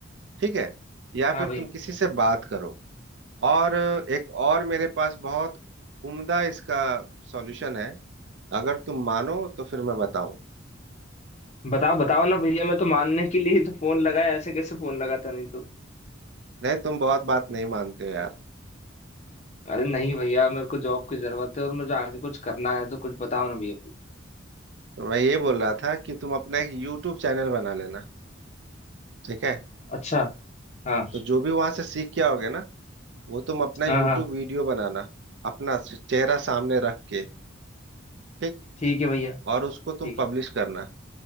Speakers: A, on the right (about 60°); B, on the left (about 35°).
A: ठीक है या
B: हाँ
A: फिर
B: भैया
A: तुम किसी से बात करो और एक और मेरे पास बहुत उम्दा इसका सॉल्यूशन है अगर तुम मानो तो फिर मैं बताऊं
B: बताओ बताओ ना भैया मैं तो मानने के लिए ही तो फोन लगाया ऐसे कैसे फोन लगाता नहीं तो
A: नहीं तुम बहुत बात नहीं मानते हो यार
B: अरे नहीं भैया मेरे को जॉब की जरूरत है और मुझे आगे कुछ करना है तो कुछ बताओ ना भैया प्लीज
A: तो मैं ये बोल रहा था कि तुम अपना एक यूट्यूब चैनल बना लेना ठीक है
B: अच्छा हाँ
A: तो जो भी वहां से सीख के आओगे ना वो तुम अपना
B: हाँ
A: यूट्यूब
B: हाँ
A: वीडियो बनाना अपना चेहरा सामने रख के ठीक
B: ठीक है भैया
A: और उसको तुम
B: ठीक
A: पब्लिश
B: है
A: करना